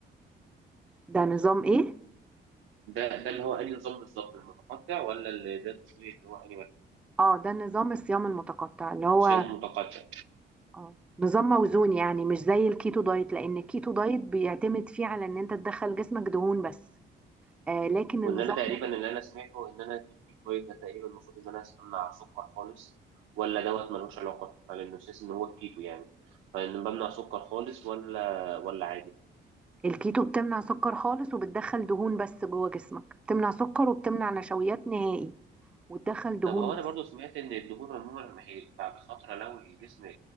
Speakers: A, in the centre; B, on the right (about 80°).
A: ده نظام إيه؟
B: ده ده اللي هو انهي نظام بالظبط المتقطع ولا اللي ده تقصدي اللي هو انهي واحد
A: اه ده نظام الصيام المتقطع اللي هو
B: شام متقطع
A: اه نظام موزون يعني مش زي الكيتو دايت لان الكيتو دايت بيعتمد فيه على ان انت تدخل جسمك دهون بس آه لكن
B: وان
A: النظام
B: انا تقريبا اللي انا سمعته ان انا الكيتو دايت ده تقريبا المفروض ان انا امنع السكر خالص ولا دوت ملوش علاقه على انه اساس ان هو الكيتو يعني فان بمنع سكر خالص ولا ولا عادي
A: الكيتو بتمنع سكر خالص وبتدخل دهون بس جوه جسمك بتمنع سكر وبتمنع نشويات نهائي وتدخل دهون
B: طب هو
A: بس
B: انا برضو سمعت ان الدهون عموما لما هي بعد فتره لو الجسم آه،